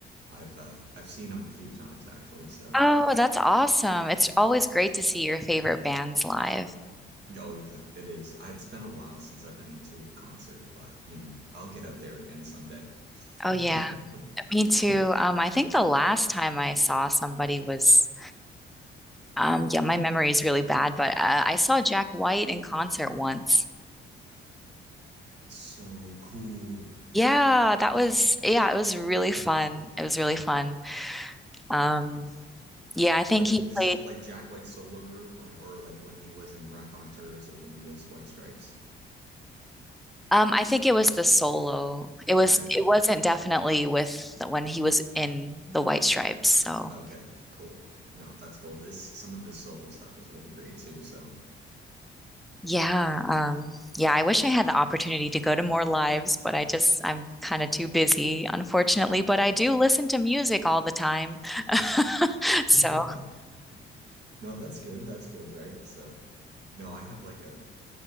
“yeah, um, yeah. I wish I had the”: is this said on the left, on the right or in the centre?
Centre